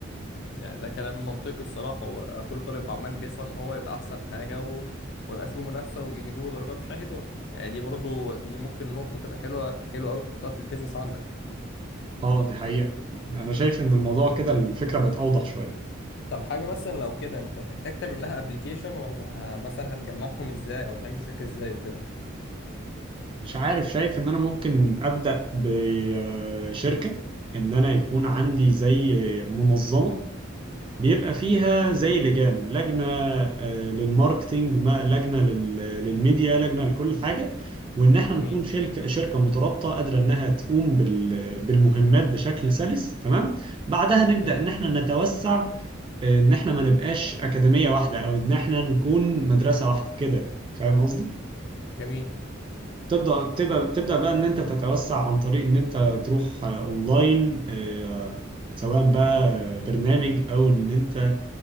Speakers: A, on the left (about 60°); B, on the right (about 25°).
A: يعني ده كلام منطقي الصراحة هو كل طالب عمال بيسعى إن هو يبقى أحسن حاجة و... ويبقى فيه منافسة ويجيبوا درجات حلوة يعني دي برضو دي ممكن نقطة تبقى حلوة حلوة أوي تحطها في البيزنس عندك
B: اه دي حقيقة انا شايف ان الموضوع كده الفكرة بقت اوضح شوية
A: طب حاجة مثلا لو كده أنت تحتاج تعمل لها أبليكيشن ولا ه- مثلا هتجمعهم إزاي أو تعمل شركة إزاي وكده
B: مش عارف شايف ان انا ممكن ابدأ بشركة ان انا يكون عندي زي منظمة بيبقى فيها زي لجان لجنة آه، للماركتينج ما- لجنة لل- للميديا لجنة لكل حاجة وإن إحنا
A: جميل
B: نكون شركة شركة مترابطة قادرة إنها تقوم بال- بالمهمات بشكل سلس تمام بعدها نبدأ
A: حلو
B: إن إحنا نتوسع آه، إن إحنا ما نبقاش أكاديمية واحدة أو إن إحنا نكون مدرسة واحدة كده فاهم قصدي؟
A: جميل
B: تبدأ تبقى تبدأ بقى إن أنت تتوسع عن طريق إن أنت تروح آه، أونلاين آه، سواء بقى برنامج او ان انت